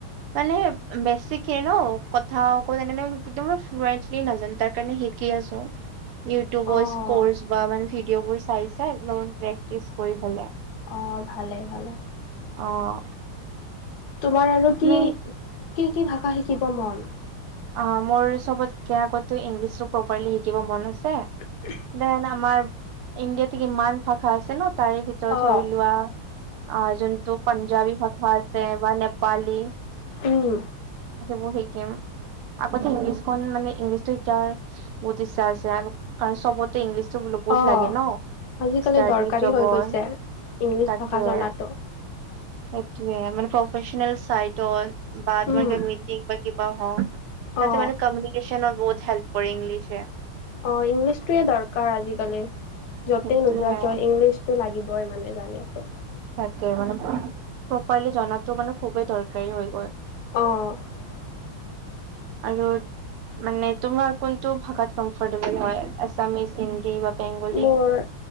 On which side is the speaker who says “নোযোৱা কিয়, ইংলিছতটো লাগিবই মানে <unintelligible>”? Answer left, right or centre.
Left